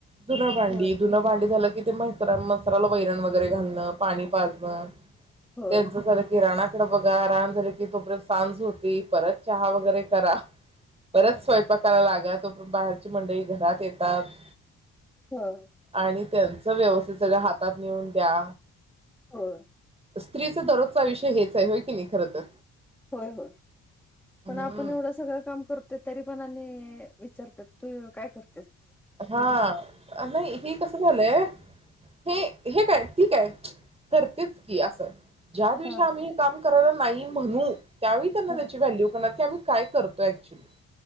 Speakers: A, on the right (about 20°); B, in the centre.
A: धुणंभांडी
B: होय
A: धुणंभांडी झालं की कि मसराणा मसाराला वैरण वगैरे घालणं पाणी पाजणं
B: होय
A: तेंच झालं किराणा त बघा राहान झाले की तोपर्यंत सांज होती परत चहा वगैरे करा परत
B: होय
A: स्वयंपाकायला
B: होय
A: लागत बाहेर मंडळी घरात येतात
B: होय
A: आणि त्यांच व्यवस्थित सगळ हातात नेऊन द्या.
B: हो
A: स्त्रीच दररोजच आयुष्य हेच आहे होय की नाही खर तर
B: होय होय
A: हम्म
B: पण आपण एवढ सगळ काम कर ते तरी पण आणि अ अ विचारतात तू काय कर
A: हा नाही हे कस झालंय हे हे काय ठीक आहे करतेच की अस ज्या दिवशी
B: हा
A: आम्ही हे काम करायला नाही म्हणू त्यावेळी त्यांना
B: हा
A: त्याची व्हॅल्यू करणार की आम्ही काय कर तो एक्चुली